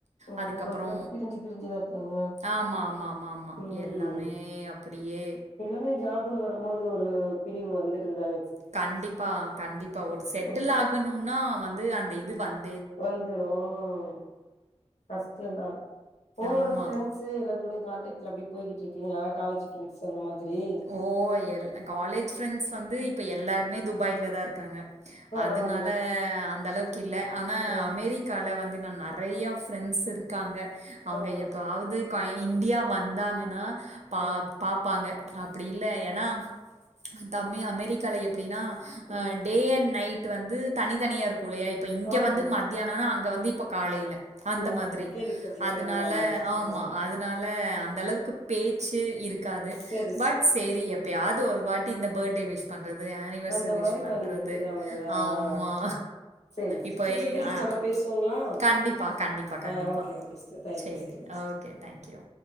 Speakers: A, on the left; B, on the right.
A: ஓ
B: அதுக்கப்றோ
A: அந்த மாரி பிரிஞ்சு பிரிஞ்சுதா இருக்காங்க
B: ஆமாமாமாமா
A: ம்
B: எல்லாமே அப்டியே
A: எல்லாமே ஜாபுன் வரம்போது ஒரு பிரிவு வந்துருதுதானே
B: கண்டிப்பா கண்டிப்பா ஒரு செட்டில்
A: ம்
B: ஆகனுனா வந்து அந்த இது வந்
A: வந்துரு ம் கஷ்டந்தா உங்ளோட
B: ஆமா.
A: ஃப்ரெண்ட்ஸ் ஸு எல்லாத்து கூடயு கான்டெக்ட்ல அப்டி போய்கிட்ருக்கீங்களா காலேஜு ஃப்ரெண்ட்ஸு அந்த மாதிரி
B: ஓ எல் காலேஜ் ஃப்ரெண்ட்ஸ் வந்து இப்ப எல்லாருமே துபாய்ல தா இருக்காங்க
A: பரவால்லே
B: அதுனால அந்தளவுக்கு இல்ல ஆனா
A: ம்
B: அமெரி கால வந்து நா நறையா ஃப்ரெண்ட்ஸ் இருக்காங்க அவுங்க
A: ஆ ஆ
B: எப்பவாவ்து <unintelligible> இந்தியா வந்தாங்கன்னா பா
A: ம்
B: பாப்பாங்க அப்டி இல்ல ஏனா அந்த மே அமெரிக்கால எப்டின்னா ஆ
A: ம்
B: டே அன்ட் நை டு வந்து தனித்தனியா இருக்குல்லயா இப்ப இங்க
A: ஆமாமா
B: வந்து மதியானோனா அங்க வந்து இப்ப காலைல அந்த
A: ஆமா
B: மாதிரி
A: கேள்விப்பட்டிருக்கே
B: அதுனால
A: ஆமா ஆமா சிஸ்டர்
B: ஆமா
A: ஆ
B: அது னால அந்தளவுக்கு பேச்சு இருக்காது
A: செரி
B: பட்
A: செரி
B: சேரி எ ப்யாது ஒரு வாட்டி இந்த பேர்ட்டே விஷ் பண்றது ஆனிவர்சரி
A: அந்த
B: விஷ்
A: மாரி
B: பண்றது
A: பண்ணிக்க வேண்டியதா அவ்ளோதா
B: ஆமா
A: ஆ செரி
B: இப்போ
A: சிஸ்டர்
B: எ
A: திருப்பி
B: ஆ
A: நம்ம பேசுவோங்களா
B: கண்டிப்பா கண்டிப்பா
A: ஆ
B: கண்டிப்பா
A: ஓகே ஓகே சிஸ்டர் தேங்க்யூ
B: சேரி
A: சிஸ்டர்
B: ஓகே தேங்க்யூ